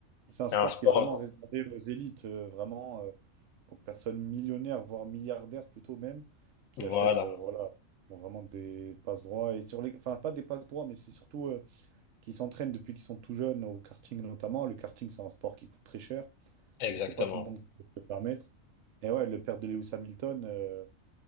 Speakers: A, on the right; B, on the left.
A: C'est un sport
B: C'est un sport.
A: qui est vraiment réservé aux élites, euh, vraiment. euh, aux personnes millionnaires, voire milliardaires plutôt même, qui
B: Voilà,
A: achètent euh, voilà, qui ont vraiment des passe-droits. Et sur les... Enfin, pas des passe-droits, mais c'est surtout euh, qui s'entraînent depuis qu'ils sont tout jeunes, au karting notamment. Le karting, c'est un sport qui coûte très cher,
B: exactement.
A: donc c'est pas tout le monde qui peut se le permettre. Et ouais, le père de Lewis Hamilton, euh,